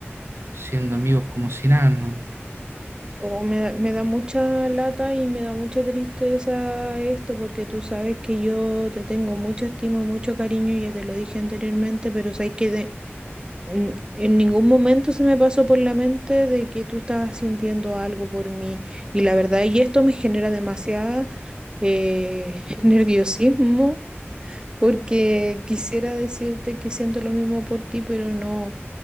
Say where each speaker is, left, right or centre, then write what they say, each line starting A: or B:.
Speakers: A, on the right; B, on the right.
A: siendo amigos como si nada, ¿no?
B: O me da, me da mucha lata y me da mucha tristeza esto porque tú sabes que yo te tengo mucho estima y mucho cariño, ya te lo dije anteriormente, pero sabes que de- N- En ningún momento se me pasó por la mente de que tú estabas sintiendo algo por mí. Y la verdad, y esto me genera demasiada eh, <laughs> nerviosismo porque quisiera decirte que siento lo mismo por ti, pero no.